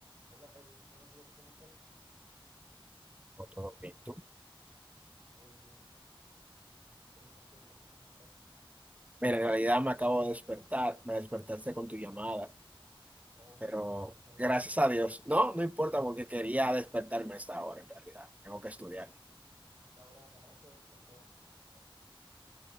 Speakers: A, on the right (about 55°); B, on the right (about 15°).
A: Hola Javi, buenos días, ¿cómo estás?
B: No, todo bien, ¿tú?
A: Bien, bien. ¿Qué andas haciendo? ¿Cómo estás?
B: Mira, en realidad me acabo de despertar, me despertaste con tu llamada,
A: Oh,
B: pero
A: per- perdón,
B: gracias a Dios, no, no importa porque quería despertarme a esta hora en realidad, tengo
A: ya.
B: que estudiar.
A: O sea, ahora me agarraste de despertador, pues.